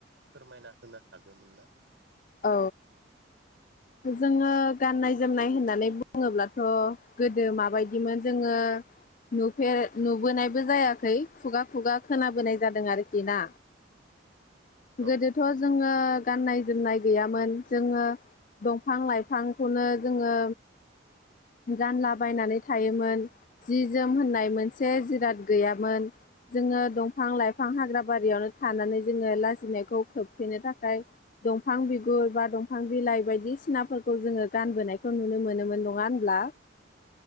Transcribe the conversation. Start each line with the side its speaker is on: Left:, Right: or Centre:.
Right: फोरमायना होनो हागोमोन ना?
Left: औ जोङो गाननाय जोमनाय होननानै बुङोब्लाथ' गोदो माबायदिमोन जोङो नुफेर नुबोनायबो जायाखै खुगा खुगा खोनाबोनाय जादों आरोखि ना।
Right: औ
Left: गोदोथ' जोङो गाननाय-जोमनाय गैयामोन जोङो दंफां लाइफांखौनो जोङो गानलाबायनानै थायोमोन जि जोम होननाय मोनसे जिराद गैयामोन जोङो दंफां लाइफां हाग्र बारियावनो थानानै जोङो लाजिनायखौ खोबथेनो थाखाय दं फां बिगुर बा दंफां बिलाइ बायदिसिनाफोरखौ जोङो गानबोनायखौ नुनो मोनोमोन नङा होनब्ला?